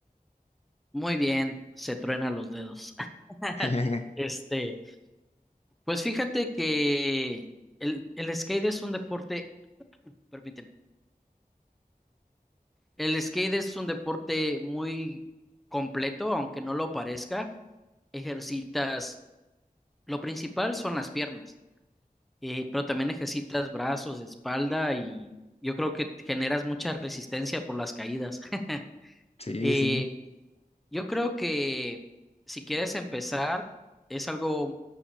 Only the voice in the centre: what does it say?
Muy bien, se truena los dedos. <laughs>
Este, pues fíjate que el, el skate es un deporte, permíteme, el skate es un deporte muy completo, aunque no lo parezca. Ejercitas, lo principal son las piernas, eh, pero también ejercitas brazos, espalda y yo creo que generas mucha resistencia por las caídas. <laughs>
Eh,
Yo creo que si quieres empezar, es algo